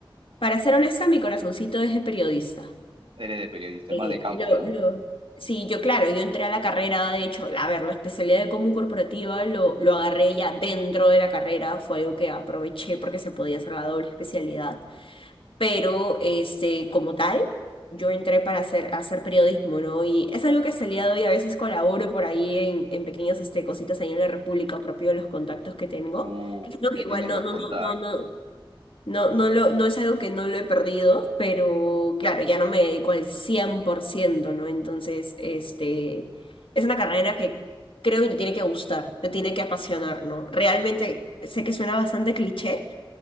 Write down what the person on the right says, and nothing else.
Eres de periodista,
más de campo,
¿no?
Uh,
ya
tienes
los
contactos.